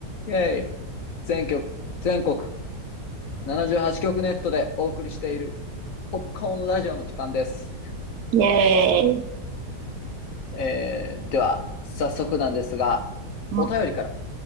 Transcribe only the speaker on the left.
イェイ全曲、全国、78曲ネットでお送りしている、ポップコーンラジオの時間です。
えー、では、早速なんですが、
お便りから